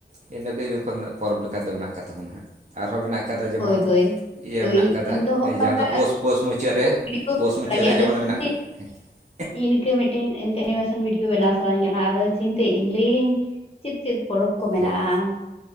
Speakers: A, on the right; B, on the left.
A: ᱤᱱᱟᱹ ᱠᱚ ᱡᱚᱠᱷᱚᱱ ᱯᱚᱨᱚᱵᱽ ᱞᱮᱠᱟ ᱫᱚ ᱢᱮᱱᱟᱜ ᱠᱟᱜ ᱛᱟᱵᱚᱱᱟ ᱦᱟᱸᱜ, ᱟᱨᱦᱚᱸ ᱢᱮᱱᱟᱜ ᱠᱟᱫᱟ ᱡᱮᱢᱚᱱ
B: ᱦᱳᱭ ᱦᱳᱭ
A: ᱤᱭᱟᱹ
B: ᱛᱚ
A: ᱢᱮᱱᱟᱜ
B: ᱤᱧ
A: ᱠᱟᱫᱟ
B: ᱤᱧ ᱫᱚ ᱦᱚᱜᱼᱚ
A: ᱡᱟᱦᱟᱸ
B: ᱱᱚᱝᱠᱟ
A: ᱫᱚ ᱯᱳᱥ ᱯᱳᱥ ᱢᱩᱪᱟᱹᱫ ᱨᱮ,
B: ᱵᱷᱤᱰᱭᱳ
A: ᱯᱳᱥ ᱢᱩᱪᱟᱹᱫ
B: ᱵᱟᱲᱟᱭ ᱜᱮᱭᱟ
A: ᱨᱮ ᱡᱮᱢᱚᱱ
B: ᱟᱫᱚ ᱪᱤᱱᱛᱟᱹ
A: ᱢᱮᱱᱟᱜ <unintelligible>
B: ᱤᱱᱠᱟᱹ ᱢᱤᱫ ᱴᱤᱱ ᱤᱱᱠᱟᱹ ᱮᱱᱤᱢᱮᱥᱚᱱ ᱵᱷᱤᱰᱭᱳ ᱵᱮᱱᱟᱣ ᱥᱟᱹᱱᱟᱹᱧ ᱠᱟᱱᱟ, ᱟᱫᱚ ᱪᱤᱱᱛᱟᱹᱭᱮᱫᱟᱹᱧ ᱞᱟᱹᱭᱤᱧ ᱪᱮᱫ ᱪᱮᱫ ᱯᱚᱨᱚᱵᱽ ᱠᱚ ᱢᱮᱱᱟᱜᱼᱟ,
A: ᱪᱮᱫ